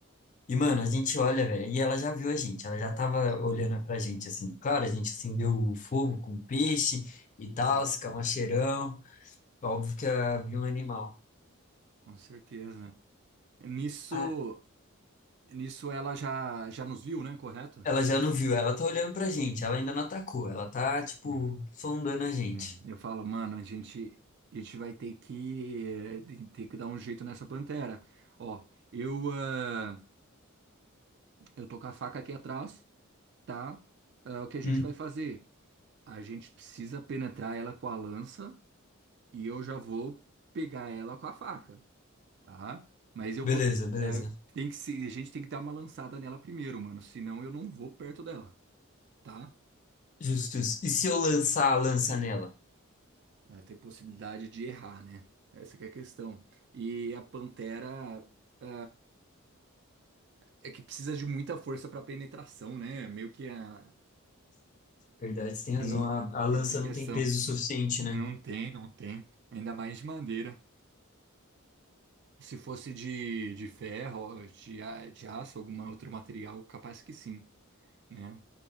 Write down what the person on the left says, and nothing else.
E, mano, a gente olha, velho, e ela já viu a gente, ela já tava olhando pra gente, assim. Claro, a gente acendeu o fogo com peixe e
tal, se cheirão. Óbvio que ela viu um animal.
Ah,
ela já não viu, ela tá olhando pra gente, ela ainda não atacou, ela tá, tipo,
sondando a gente.
Hum.
Beleza,
beleza.
Justus. E se eu lançar a lança nela?
Verdade, você tem
razão, a, a lança
não tem peso suficiente,
né?